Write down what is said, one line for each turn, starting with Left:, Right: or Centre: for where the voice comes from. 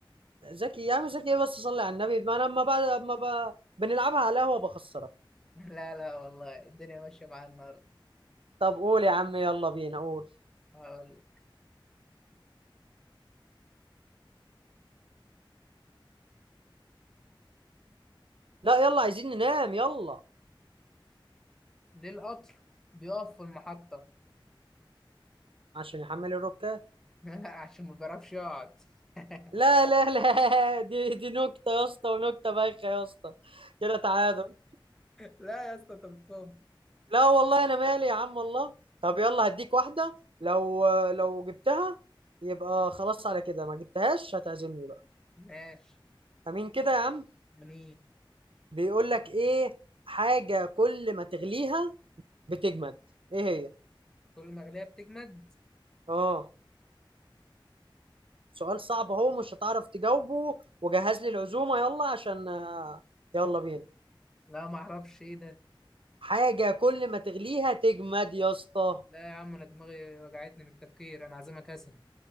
Right: ذكي يا عم ذكي ايه بس صلي على النبي ما انا اما بعد اما ب... بنلعبها على قهوة بخسرك
Centre: <laughs> لا لا والله الدنيا ماشيه معايا النهارده
Right: طب قول يا عم يلا بينا قول
Centre: هقول لك
Right: لا يلا عايزين ننام يلا
Centre: ليه القطر بيقف في المحطه
Right: عشان يحمل الركاب
Centre: <laughs> عشان ما بيعرفش يقعد <laughs>
Right: لا لا لا دي دي نكتة يا اسطى ونكتة بايخة يا اسطى كده تعادل
Centre: لا يا اسطى انت بتفهم
Right: لا والله انا مالي يا عم الله طب يلا هديك واحدة لو لو جبتها يبقى خلاص على كده ما جبتهاش هتعزمني بقى
Centre: ماشي
Right: امين كده يا عم
Centre: مين
Right: بيقول لك ايه حاجة كل ما تغليها بتجمد ايه هي
Centre: كل ما غليها بتجمد
Right: اه سؤال صعب اهو مش هتعرف تجاوبه وجهز لي العزومة يلا عشان آه، يلا بينا
Centre: لا ما اعرفش ايه ده
Right: حاجة كل ما تغليها تجمد يا اسطى
Centre: لا يا عم انا دماغي وجعتني من التفكير انا عازمك كسل